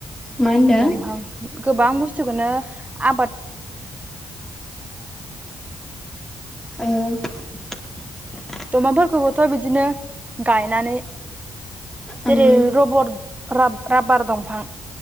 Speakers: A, in the centre; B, on the right.
A: मा होनदों
B: दमफां। गोबां बुस्थुखौनो आब
A: ओ।
B: दमाफोरखौबोथ' बिदिनो गायनानै।
A: ओं
B: जेरै रबट। राब राबार दंफां